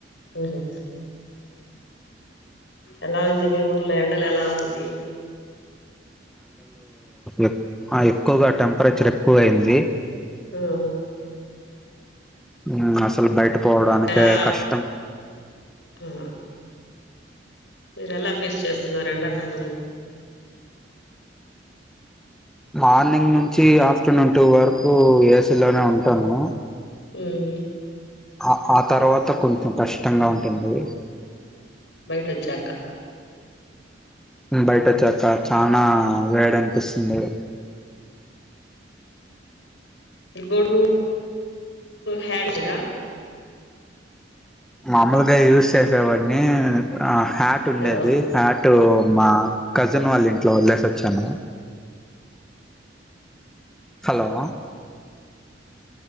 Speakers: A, on the left (about 75°); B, in the centre.
A: హ్మ్ హు ఎలా ఉంది మీ ఊర్లో ఎండలు ఎలా ఉంది
B: ఎక్కువ ఎక్కువగా టెంపరేచర్ ఎక్కువ అయింది
A: హ్మ్
B: హ్మ్ అసలు బయట పోవడానికే
A: ఎలా
B: కష్టం
A: ఆ మీరు ఎలా ఫేస్ చేస్తున్నారు ఎండాకాలము
B: మార్నింగ్ నుంచి ఆఫ్టర్నూన్ టూ వరకు ఏసీలోనే ఉంటాను
A: హ్మ్
B: ఆ ఆ తర్వాత కొంచెం కష్టంగా ఉంటుంది
A: బయట వచ్చాక
B: బయట వచ్చాక చనా వేడ అనిపిస్తుంది
A: ఎగుడు హడ్ చేయరా
B: మామలుగా యూస్ చే సేవాన్ని ఆ హ్యాట్ ఉండేది
A: హలో
B: హ్యాట్ ఇటు మా కజిన్ వాళ్ళ ఇంట్లో వదిలేసి వచ్చాను హలో